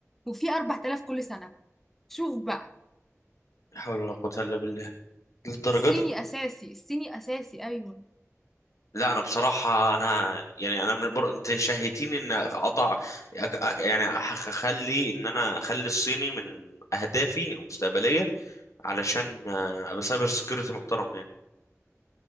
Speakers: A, in the centre; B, on the left.
A: وفي أربع آلاف كل سنة بقى شوف بقى
B: لا حول ولا قوة إلا بالله للدرجة
A: الصيني
B: دي
A: أساسي الصيني أساسي أيوه
B: لا أنا بصراحة أنا يعني أنا من بر... أنت شهيتيني إن أضع أك... أك- يعني أح- أخلي إن أنا أخلي الصيني من أهدافي المستقبلية علشان آه، أبقى سايبر سكيورتي محترم يعني